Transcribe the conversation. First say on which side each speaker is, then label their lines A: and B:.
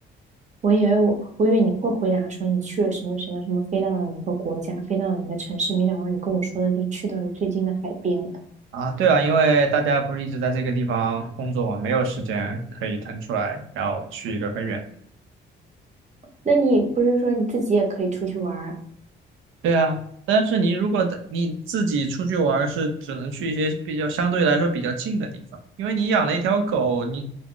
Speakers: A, on the right; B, on the right.
A: 我以为我，我以为你会回答说你去了什么什么什么，飞到了哪个国家，飞到了哪个城市，没想到你跟我说的是去到了最近的海边。
B: 啊，对啊，因为大家不是一直在这个地方工作嘛，没有时间可以腾出来，然后去一个很远的
A: 那你不是说你自己也可以出去玩儿？
B: 对啊，但是你如果在你自己出去玩儿是只能去一些比较相对来说比较近的地方，因为你养了一条狗，你